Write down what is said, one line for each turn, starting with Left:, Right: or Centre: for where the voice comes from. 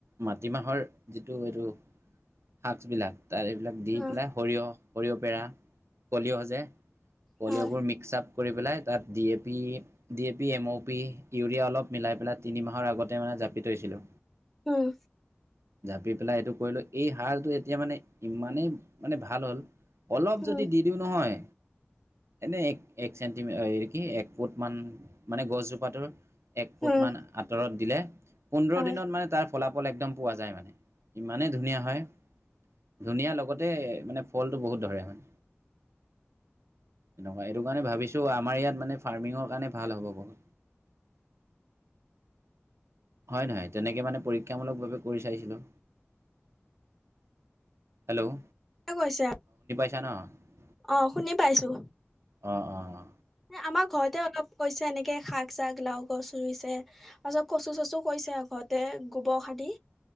Right: মাটিমাহৰ যিটো এইটো শাকবিলাক তাৰ এইবিলাক দি
Centre: অ,
Right: পেলাই সৰিয়হ সৰিয়হ পেৰা খলিঅ' যে খলিঅ'বোৰ
Centre: হয়,
Right: মিক্স আপ কৰি পেলাই তাত D A P D A P M O P urea অলপ মিলাই পেলাই তিনি মাহৰ আগতে মানে জাপি থৈছিলোঁ।
Centre: উঁম।
Right: জাপি পেলাই এইটো কৰিলোঁ এই হালটো এতিয়া মানে ইমানেই মানে ভাল হ'ল অলপ
Centre: উম,
Right: যদি দি দিওঁ নহয় এনেই এক এক চেণ্টিমি কি এক ফুট মান মানে গছজোপা টোৰ এক ফুট
Centre: উম,
Right: মান আঁতৰত দিলে পোন্ধৰ
Centre: হয়।
Right: দিনত মানে তাৰ ফলাফল একদম। পোৱা যায় মানে ইমানেই ধুনীয়া হয়। ধুনীয়া লগতে মানে ফলটো বহুত ধৰে হয়। এনেকুৱা এইটো কাৰণে ভাবিছো আমাৰ ইয়াত মানে ফাৰ্মিঙৰ কাৰণে ভাল হ'ব বহু <unintelligible> হয় নহয়? তেনেকে মানে পৰীক্ষামূলকভাৱে কৰি চাইছিলোঁ। হেল্ল'।
Centre: ক কৈছা।
Right: <unintelligible>
Centre: অহ শুনি পাইছো।
Right: অ অ অ।
Centre: ন আমাৰ ঘৰতে অলপ কৈছে। তেনেকে শাক চাক লাও গছ ৰুইছে তাৰপিছত কচু চচু কৰিছে আও ঘৰতে গোবৰ খাদি।